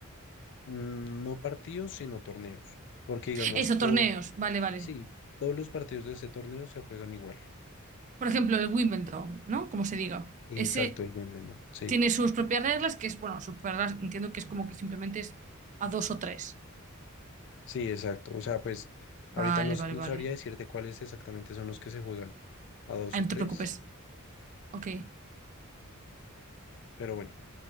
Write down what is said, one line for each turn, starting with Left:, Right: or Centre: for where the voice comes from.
Left: mm, no partidos, sino torneos. Porque digamos,
Right: Eso,
Left: todo,
Right: torneos, vale, vale.
Left: sí, todos los partidos de ese torneo se juegan igual.
Right: Por ejemplo, el Wimbledon, ¿no? Como se diga.
Left: Exacto,
Right: Ese
Left: el Wimbledon, sí.
Right: tiene sus propias reglas, que es, bueno, sus propias reglas, entiendo que es como que simplemente es a dos o tres.
Left: Sí, exacto. O sea, pues
Right: Vale,
Left: ahorita no, s-
Right: vale,
Left: no
Right: vale.
Left: sabría decirte cuáles exactamente son los que se juegan a dos
Right: Ay,
Left: o
Right: no
Left: tres,
Right: te preocupes. Ok.
Left: pero bueno,